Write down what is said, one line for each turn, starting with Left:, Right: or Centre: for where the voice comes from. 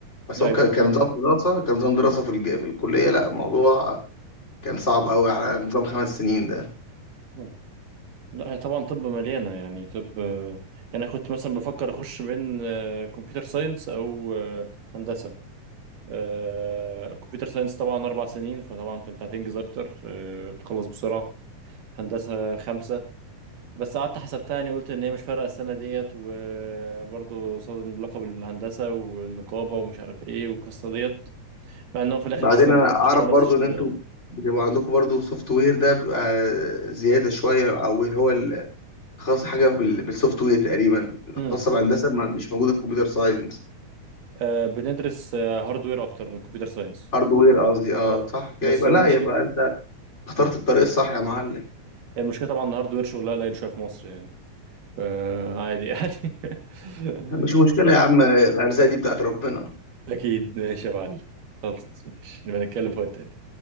Left: بس
Right: ايوه
Left: هو كان كان نظام دراسة كان نظام دراسة في الج... في الكلية لا الموضوع كان صعب
Right: مم.
Left: قوي على نظام خمس سنين ده
Right: مم. لا هي طبعا طب مليانة يعني طب يعني انا كنت مثلا بفكر اخش بين آه، كمبيوتر ساينس او آه، هندسة آه، كمبيوتر ساينس طبعا اربع سنين فطبعا كنت هتنجز اكتر آه، تخلص بسرعة هندسة خمسة بس قعدت حسبتها يعني قلت ان هي مش فارقه السنه ديت وبرضه قصاد لقب الهندسه والنقابه ومش عارف ايه والقصه ديت مع ان هو في الاخر
Left: بعدين
Right: اصلا
Left: انا
Right: الاثنين
Left: اعرف
Right: بيشتغلوا
Left: برضو
Right: نفس الشغلانه
Left: ان انتوا بتبقى عندكم برضو سوفت وير ده بيبقى زيادة شوية او اللي هو ال- خاص حاجة بال... بالسوفت وير تقريبا
Right: امم
Left: خاصة بهندسة ما- مش موجودة في كمبيوتر ساينس
Right: آه بندرس آه هاردوير اكتر من كمبيوتر ساينس
Left: هاردوير قصدي اه
Right: اه
Left: صح كده
Right: بس
Left: يبقى
Right: هو
Left: لا
Right: المشكله
Left: يبقى انت اخترت
Right: مم.
Left: الطريق الصح يا معلم
Right: المشكله طبعا ان الهاردوير شغلها قليل شويه في مصر يعني فعادي يعني <laughs>
Left: مش مشكلة يا عم الأرزاق دي بتاعت ربنا
Right: اكيد ماشي يا معلم خلاص ماشي نبقى نتكلم في وقت تاني